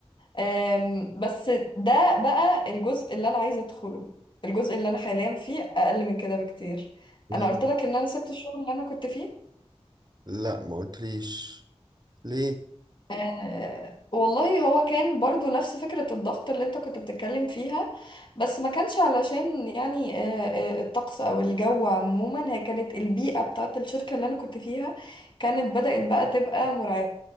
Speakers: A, on the left (about 50°); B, on the right (about 40°).
A: أم، بس ده بقى الجزء اللي انا عايزه ادخله الجزء اللي انا حاليا فيه اقل من كده بكتير
B: ال-
A: انا قلت لك ان انا سبت الشغل اللي انا كنت فيه
B: لا ما قلتليش ليه
A: أه والله هو كان برضو نفس فكرة الضغط اللي انت كنت بتتكلم فيها بس ما كانش علشان يعني أه، أه، الطقس او الجو عموما هي كانت البيئة بتاعت الشركة اللي انا كنت فيها كانت بدأت بقى تبقى مرعبة